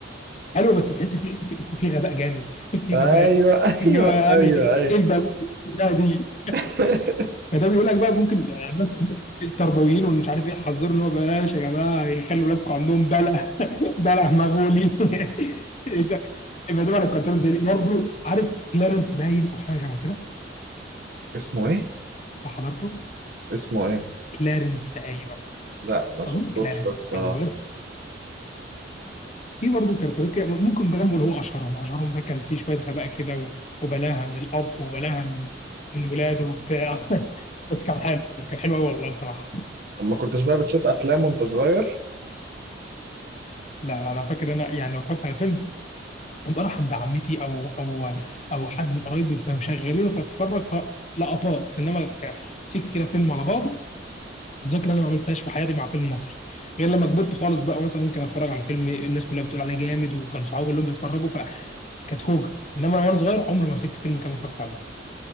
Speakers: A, on the left; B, on the right.
A: حلو بس تحس في في, في غباء جامد <laughs> في
B: ايوه
A: غباء
B: <laughs> ايوه
A: تحس ان هو
B: ايوه
A: يعني
B: ايوه
A: ايه البلاوي ده دي
B: <laughs>
A: فده بيقول لك بقى ممكن يعني مثلا التربويين ومش عارف ايه حذروا ان هو بلاش يا جماعه يخلوا ولادكم عندهم بلع بلع <laughs> مغولي <laughs> يبقى ده على الكرتون زي دي برضه عارف كلارنس باين او حاجه شبه كده
B: اسمه ايه؟
A: حضرته
B: اسمه ايه؟
A: كلارنس تقريبا
B: لا ما شفتوش
A: اظن كلارنس
B: ده الصراحة
A: او ور- في برضه كرتونات كده ممكن جامبو اللي هو اشهرهم اشهرهم ده كان فيه شويه غباء كده و- وبلاها من الاب وبلاها من من ولاده وبتاع <laughs> بس كان حلو كان حلو قوي والله بصراحه
B: طب ما كنتش بقى بتشوف افلام وانت صغير؟
A: لا انا فاكر انا يعني لو اتفرجت على فيلم بروح عند عمتي او او او حد من قرايبي فمشغلونه فاتفرج فلقطات انما ك- مسكت كده فيلم على بعضه ذاكره انا ما عملتهاش في حياتي مع فيلم مصري غير لما كبرت خالص بقى مثلا ممكن اتفرج على فيلم الناس كلها بتقول عليه جامد وكان صحابي كلهم بيتفرجوا فكانت خوجه انما انا وانا صغير عمري ما مسكت فيلم كامل اتفرجت عليه